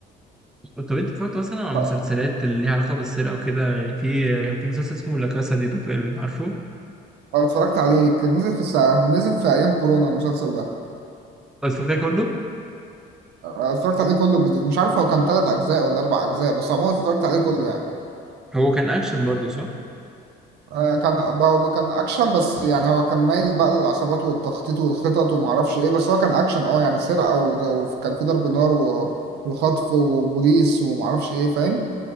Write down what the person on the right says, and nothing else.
ف-
أنا اتفرجت عليه كان نزل في الساعة نزل في ايام كورونا المسلسل ده
آه، اتفرجت عليه كله مش عارف هو كان تلات أجزاء ولا أربع أجزاء بس عموما اتفرجت عليه كله يعني
آه، كان هو كان أكشن بس يعني هو كان مايل بقى للعصابات والتخطيط والخطط ومعرفش إيه بس هو كان أكشن أه يعني سرقة و- وكان في ضرب نار و- وخطف وبوليس ومعرفش إيه فاهم؟